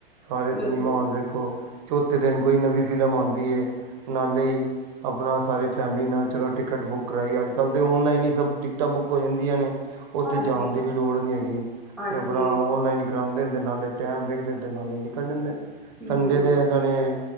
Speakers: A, on the right; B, in the centre.
A: ਸਾਰੇ
B: ਬਿਲਕੁਲ
A: ਤੁਸੀ ਮਹੋਲ ਦੇਖੋ ਚੌਥੇ ਦਿਨ ਕੋਈ ਨਵੀ ਫਿਲਮ ਆਦੀ ਏ ਨਾਲੇ ਆਪਣਾ ਸਾਰੇ ਫੈਮਲੀ ਨਾਲ ਚਲੋ ਟਿਕਟ ਬੁੱਕ ਕਰਾਈ ਅੱਜ-ਕੱਲ੍ਹ ਤੇ ਓਨਲਾਈਨ ਹੀ ਸਭ ਟਿਕਟਾਂ ਬੁੱਕ ਹੋ ਜਾਂਦੀਆਂ ਨੇ। ਉੱਥੇ
B: ਹਾਂਜੀ
A: ਜਾਣ ਦੀ ਵੀ ਲੋੜ ਨੀ ਹੈਗੀ
B: ਹਾਂਜੀ,
A: ਵੀ ਆਪਣਾ ਓਨਲਾਈਨ ਕਰਾਦੇ ਨੇ ਤੇ ਨਾਲੇ ਟੈਮ ਵਖਦੇ ਤੇ ਨਾਲੇ ਨਿਕਲ ਜਾਂਦੇ ਨੇ।
B: ਬਿਲਕੁਲ
A: ਸੰਡੇ ਦੇ ਇਹਨਾਂ ਨੇ